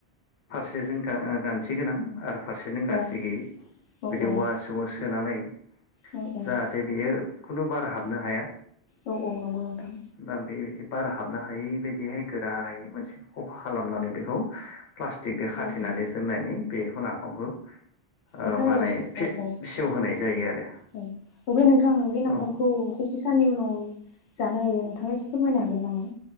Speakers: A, on the left; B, on the left.
A: फारसेजों गा-गानथि गोनां आरो फारसेजों गानथि
B: औ
A: गैयि
B: औ
A: बिदि
B: औ
A: औवा हासुंङाव सोनानै
B: औ औ
A: जाहाथे बियो खुनु बार हाबनो हाया
B: औ औ नंगौ नोंथां
A: दा बेबायदि बार हाबनो हायि बिदिहाय गोरायै मोनसे खफा खालामनानै बेखौ प्लास दिगदो खाथेनानै
B: औ औ
A: दोननानै बेखौ नाफामखौ ओ
B: ओमफ्राय
A: बानाय फे
B: औ औ औ
A: सेवहोनाय जायो आरो
B: ओमफाय नोंथां बे नाफामखौ
A: औ
B: बेसे साननि उनाव जानो हायो नोंथाङा एसे फोरमायनो हागोन नामा?